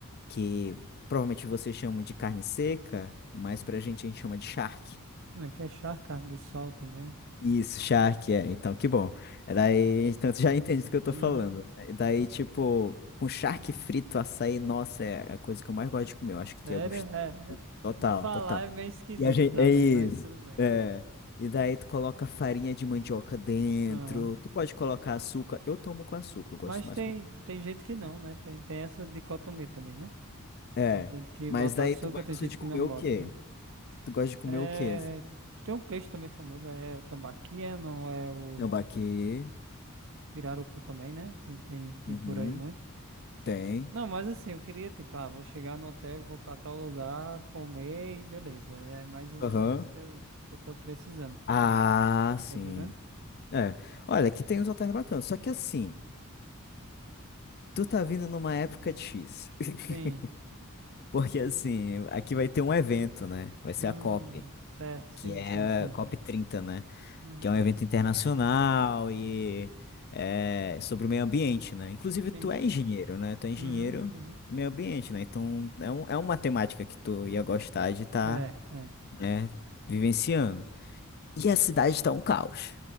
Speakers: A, on the left; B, on the right.
A: que provavelmente vocês chamam de carne seca, mas pra gente a gente chama de charque.
B: Aqui é charque, carne de sol também.
A: Isso, charque, é. Então, que bom. É Daí, então tu já entende do que eu tô
B: Uhum.
A: falando. né? Daí,
B: Uhum.
A: tipo, com charque frito, açaí, nossa, é a coisa que eu mais gosto de comer. Eu acho
B: Sério?
A: que tu ia gostar.
B: É, é-
A: Total,
B: de falar
A: total.
B: é meio esquisito
A: E a gente,
B: pra
A: é
B: mim,
A: isso.
B: mas tudo bem.
A: É. E daí tu coloca farinha de mandioca dentro.
B: Aham.
A: Tu pode colocar açúcar. Eu tomo com açúcar, eu gosto
B: Mas
A: mais
B: tem,
A: com.
B: tem gente que não, né? Tem, tem essa dicotomia também, né?
A: É.
B: Tem gente que
A: Mas
B: bota
A: daí
B: açúcar,
A: tu gosta
B: tem gente
A: de comer
B: que não
A: o
B: bota,
A: quê?
B: né?
A: Tu gosta de comer
B: É,
A: o quê?
B: tem um peixe também famoso, é o tambaqui, é, não é o.
A: Tambaqui.
B: Pirarucu também, né? Tem, tem, tem
A: Uhum.
B: por aí muito.
A: Tem.
B: Não, mas assim, eu queria, tipo, ah, vou chegar no hotel, vou pra tal lugar, comer e beleza. É mais ou
A: Aham.
B: menos isso que eu, que eu tô precisando.
A: Ah, sim.
B: Tá entendendo?
A: É. Olha, aqui tem uns hotéis bacanas. Só que assim, tu tá vindo numa época difícil. <laughs>
B: Sim.
A: Porque assim, aqui vai ter um evento, né? Vai ser
B: Hum,
A: a COP,
B: certo, sim,
A: que é
B: sim, sim.
A: a COP trinta né?
B: Uhum,
A: Que é um evento internacional e é sobre o meio ambiente, né? Inclusive,
B: sim.
A: tu é engenheiro, né? Tu é engenheiro
B: Uhum, uhum.
A: do meio ambiente, né? Então, é, um, é uma temática que tu ia gostar de estar,
B: É, é.
A: né, vivenciando. E a cidade tá um caos.